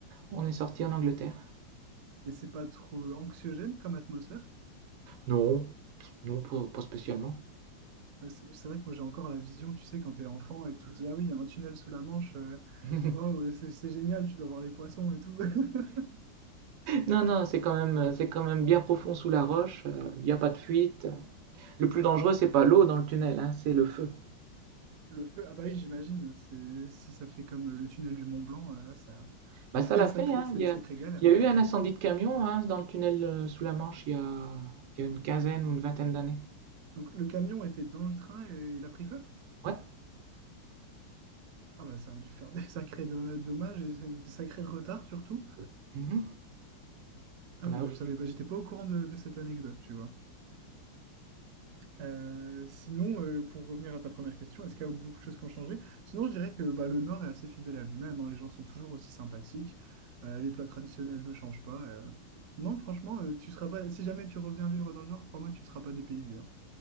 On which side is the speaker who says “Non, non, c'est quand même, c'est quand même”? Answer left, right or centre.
Right